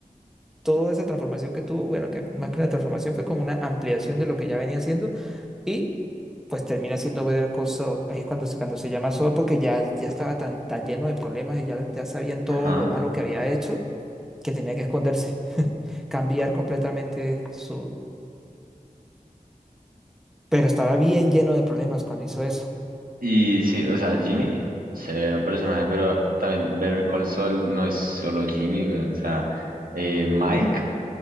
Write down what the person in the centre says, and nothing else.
toda esa transformación que tuvo, bueno, que más que una transformación fue como una ampliación de lo que ya venía haciendo y pues termina siendo Better Call Saul. Ahí es cuando, se- cuando se llama Saul porque ya, ya estaba tan, tan lleno de problemas y ya, ya sabían todo
lo malo que había hecho que tenía que esconderse, <laughs> cambiar completamente su... Pero estaba bien lleno de problemas cuando hizo eso.